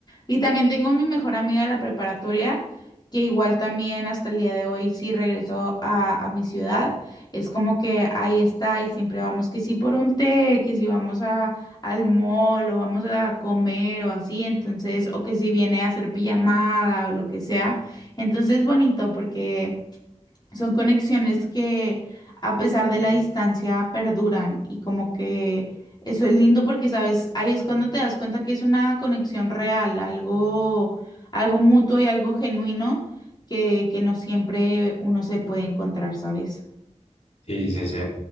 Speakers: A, on the left (about 35°); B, on the left (about 55°).
A: Y también tengo mi mejor amiga de la preparatoria, que igual también hasta el día de hoy sí regresó a, a mi ciudad. Es como que ahí está y siempre vamos que si por un té, que si vamos a, al mall o vamos a comer o así, entonces, o que si viene a hacer pijamada o lo que sea. Entonces es bonito porque son conexiones que a pesar de la distancia perduran y como que eso es lindo porque, sabes, ahí es cuando te das cuenta que es una conexión real, algo, algo mutuo y algo genuino que, que no siempre uno se puede encontrar, ¿sabes?
B: Sí, sí, sí.